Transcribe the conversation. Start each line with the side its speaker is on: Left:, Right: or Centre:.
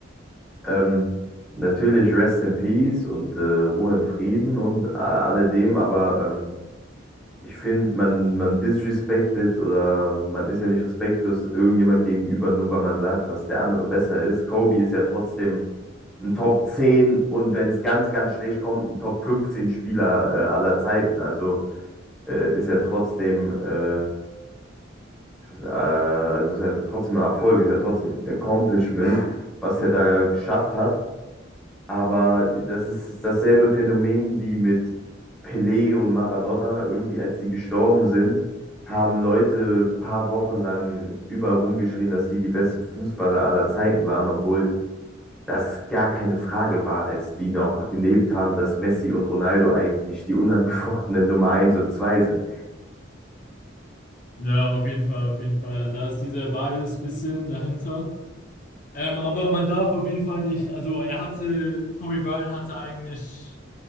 Centre: ähm, natürlich Rest in Peace und äh, Ruhe in Frieden und äh, alledem, aber ähm, Ich finde, man, man disrespected oder man ist ja nicht respektlos irgendjemand gegenüber, nur weil man sagt, dass der andere besser ist. Kobe ist ja trotzdem ein Top 10 und wenn es ganz, ganz schlecht kommt, ein Top 15 Spieler äh, aller Zeiten. Also äh, ist ja trotzdem, äh, äh, also ist ja trotzdem ein Erfolg, ist ja trotzdem ein Accomplishment, was er da geschafft hat. Aber das ist dasselbe Phänomen wie mit Pelé und Maradona. Irgendwie, als die gestorben sind, haben Leute paar Wochen lang überall rumgeschrien, dass die die besten Fußballer aller Zeiten waren, obwohl das gar keine Frage war, als die noch gelebt haben, dass Messi und Ronaldo eigentlich die unangefochtenen Nummer eins und zwei sind.
Left: Ja, auf jeden Fall, auf jeden Fall. Da ist dieser Bias bisschen dahinter. Ähm, aber man darf auf jeden Fall nicht, also er hatte, Kobe Bryant hatte eigentlich